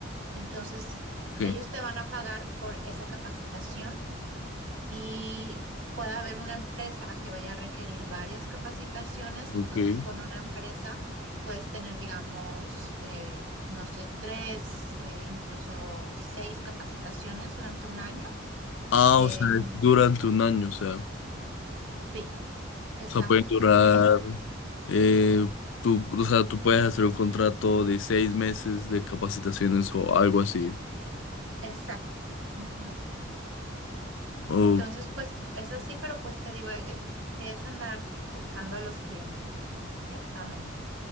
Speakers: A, on the right; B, on the left.
A: Entonces,
B: sí.
A: ellos te van a pagar por esa capacitación y pueda haber una empresa que vaya a requerir varias capacitaciones,
B: Ok.
A: entonces con una empresa puedes tener, digamos, eh, no sé, tres, eh, incluso seis capacitaciones durante un año.
B: Ah,
A: Em,
B: o sea, es durante un año, o sea, o
A: sí, exacto,
B: sea, puede durar,
A: en- e-
B: eh, tú, o sea, tú puedes hacer un contrato de seis meses de capacitaciones o algo así.
A: exacto. Ujú.
B: O,
A: Entonces, pues es así, pero pues te digo, es, es andar buscando a los clientes, ciertamente.